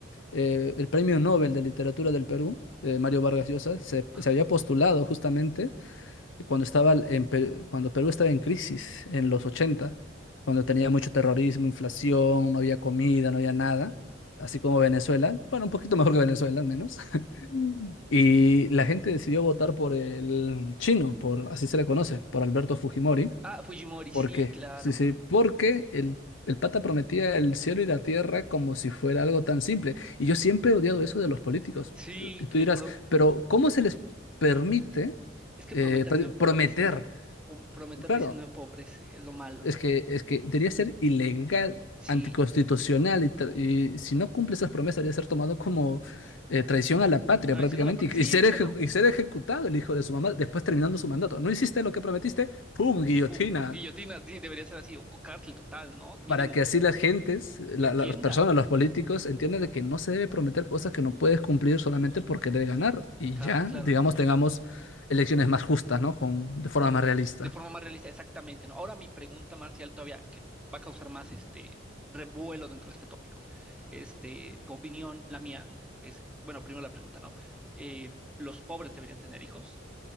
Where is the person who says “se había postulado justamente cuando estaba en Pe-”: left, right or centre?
Left